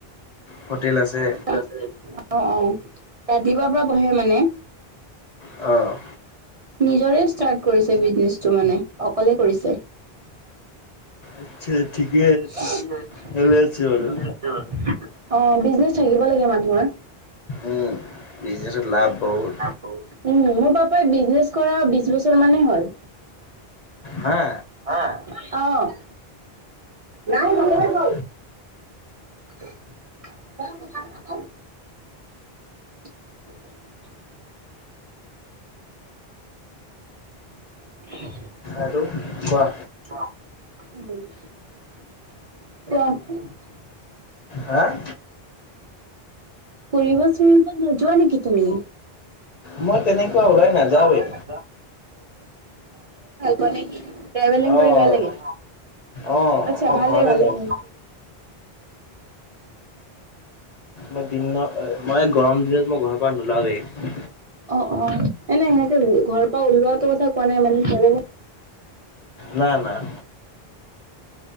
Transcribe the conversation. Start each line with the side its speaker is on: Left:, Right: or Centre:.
Left: হোটেল আছে
Right: অ' অ' ৰাতিপুৱাৰ পৰা বহে মানে।
Left: অ'।
Right: নিজৰে ষ্টাৰ্ট কৰিছে বিজনেছটো মানে, অকলে কৰিছে।
Left: আচ্ছা ঠিকেই।
Right: <unintelligible>
Left: খেলি আছে বাৰু।
Right: অ' বিজনেছ থাকিব লাগে মানুহৰ।
Left: উম, বিজনেছত লাভ বহুত।
Right: উম, মোৰ পাপাই বিজনেছ কৰা বিশ বছৰ মানেই হ'ল।
Left: হা।
Right: হা'? অ' নাই
Left: অ'
Right: বাহিৰলে গল। <inaudible> <inaudible> <inaudible>
Left: আৰু কোৱা।
Right: তেওঁ
Left: হা'?
Right: ফুৰিব-চুৰিব নোযোৱা নেকি তুমি?
Left: মই তেনেকুৱা
Right: <unintelligible> অ'-অ'
Left: ওলাই
Right: ঘৰতে থাকি
Left: নাযাওঁৱেই।
Right: ভাল পোৱা নেকি? ট্ৰেভেলিং
Left: অ'
Right: কৰি বেয়া লাগে,
Left: অ'
Right: আচ্ছা
Left: মই
Right: ভালে
Left: ঘৰতে
Right: ভালে
Left: থাকিম।
Right: ভালে।
Left: মই দিনৰ মই গৰম দিনত মই ঘৰৰ পৰা নোলাওৱেই।
Right: অ' অ', এনে সেনেকে ঘৰৰ পৰা ওলোৱাটো কথা কোৱা নাই মানে।
Left: না-না'।